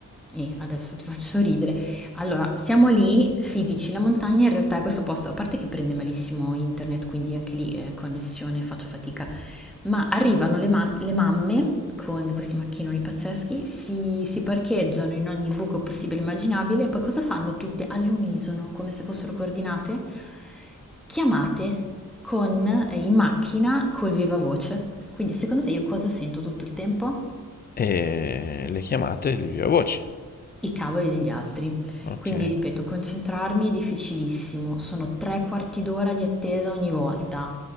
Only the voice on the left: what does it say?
E le chiamate di viva voce.
Ok.